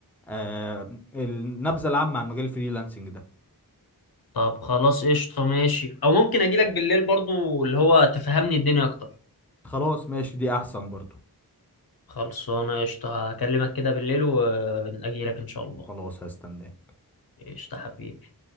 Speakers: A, in the centre; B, on the left.
A: آه النبذة العامة عن مجال الفريلانسنج ده
B: طب خلاص قشطة ماشي او ممكن اجيلك بالليل برضو اللي هو تفهمني الدنيا اكتر
A: خلاص ماشي دي احسن برضو
B: خلصانة قشطة هكلمك كده بالليل وأجيلك إن شاء الله
A: خلاص هستناك
B: قشطة حبيبي